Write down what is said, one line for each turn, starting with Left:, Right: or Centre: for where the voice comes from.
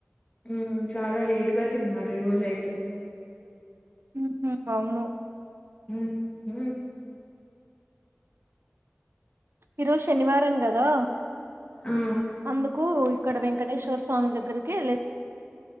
Left: ఉమ్ చాలా లేట్గా తిన్నారు ఈ రోజు అయితే
Right: ఉ ఉ అవును
Left: ఉమ్ ఉమ్
Right: ఈరోజు శనివారం కదా
Left: ఆ
Right: అందుకు ఇక్కడ వెంకటేశ్వర్ స్వామి దగ్గరికి ఎల్లి